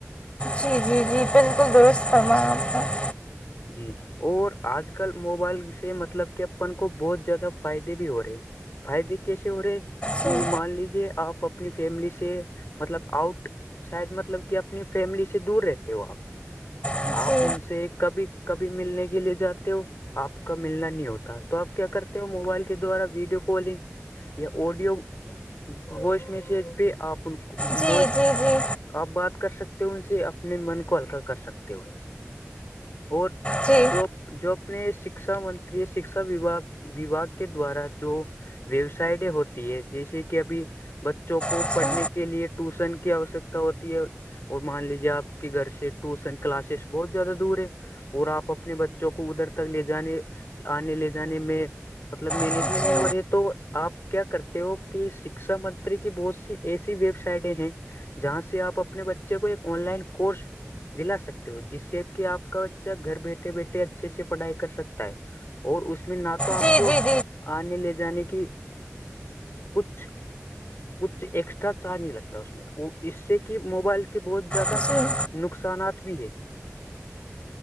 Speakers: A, on the left; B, on the left.
A: جی جی جی جی بالکل درست فرمایا آپ
B: جی اور آج کل موبائل سے مطلب کہ اپن کو بہت زیادہ فائدے بھی ہو رہے ہیں فائدے کیسے ہو رہے کہ
A: جی
B: مان لیجے آپ اپنی فیملی سے مطلب آؤٹ سائڈ مطلب کہ اپنی فیملی سے دور رہتے ہو آپ
A: جی
B: آپ ان سے کبھی کبھی ملنے کے لیے جاتے ہو آپ کا ملنا نہیں ہوتا تو آپ کیا کرتے ہو موبائل کے دوارا ویڈیو کالنگ یا اوڈیو ووائس میسیج پ آپن
A: جی
B: موج
A: جی جی
B: آپ بات کر سکتے ہو ان سے اپنے من کو ہلکا کر سکتے ہو اور
A: جی
B: جو جو اپنے شکشا منتری شکشاا وباگ کے دوارا جو ویبسائڈیں ہوتی ہے جیسے کہ ابھی بچوں کو
A: جی
B: پڑھنے کے لیے ٹوشن کی آوشکتا ہوتی ہے اور مان لیجیے آپ کے گھر سے ٹوسن کلاسز بہت زیادہ دور ہے اور آپ اپنے بچوں کو ادھر تک لے جانے آنے لے جانے میں مطلب مینجمنٹ
A: جی
B: نہیں
A: جی
B: ہو رہی ہے تو آپ کیا کرتے ہو کہ شکشا منتری کی بہت سی ایسی ویب سائٹیں ہیں جہاں سے آپ اپنے بچے کو ایک آن لائن کورس دلا سکتے ہو جس شیپ کے آپ کا بچہ گھر بیٹھے بیٹھے اچھے سے پڑھائی کر سکتا ہے اور اس میں ناک تو آپ
A: جی
B: کو
A: جی
B: آنے لے جانے کی کچھ کچھ ایکسٹرا چارج نہیں لگتا اس میں وہ اس سے کہ موبائل کے بہت زیادہ
A: جی جی
B: نقصانات بھی ہے